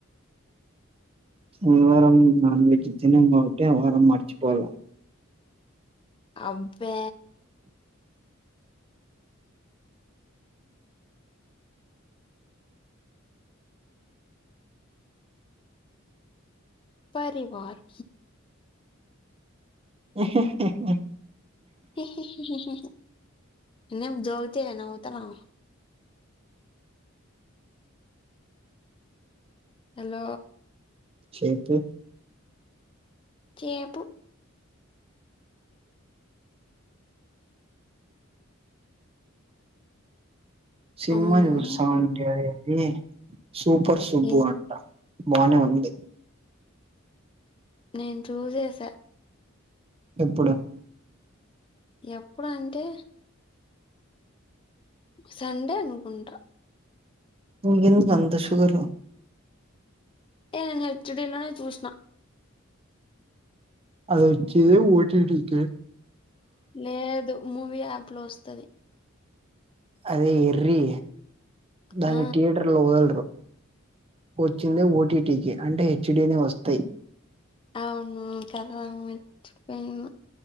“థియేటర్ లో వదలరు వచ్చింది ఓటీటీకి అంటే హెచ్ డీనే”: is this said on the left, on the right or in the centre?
Right